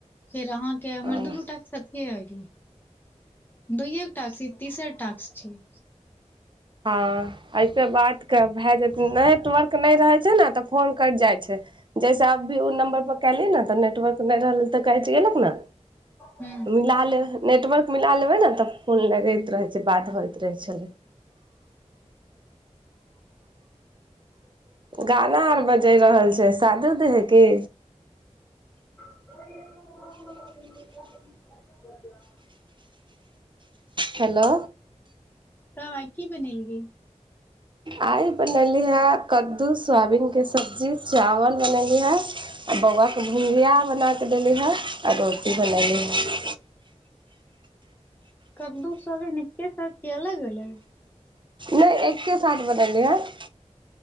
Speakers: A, on the left; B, on the right.
A: फेर अहाँके हमर
B: हूँ
A: दुनू टास्क अथिये होइ गेल। दुइये गो टाक्स कि तेसर टाक्स छी?
B: हँ अइसे बात के भेए जेतै नेटवर्क नै रहै छै ने तऽ फोन कटि जाइ छै। जैसे अब भी उ नम्बर पर कयलै ने तऽ नेटवर्क नै रहलै तऽ कइट गेलौ ने।
A: ह
B: मिला लेब नेटवर्क मिला लेबै ने तऽ फोन लगैत रहै छै बात होइत रहै छलै। गाना आर बजै रहल छै शादी - उदी है कि?
A: <inaudible>
B: हेलो
A: तब आय की बनेलियै?
B: आइ बनेली हें कद्दू सोयाबीन के सब्जी चाबल बनेली हें। आ बौवा के भुंजिया बना कऽ देली हें आ रोटी बनयली हें।
A: कद्दू सोयाबिन एक्के साथ कि अलग - अलग?
B: नै एक्के साथ बनेलियै हें।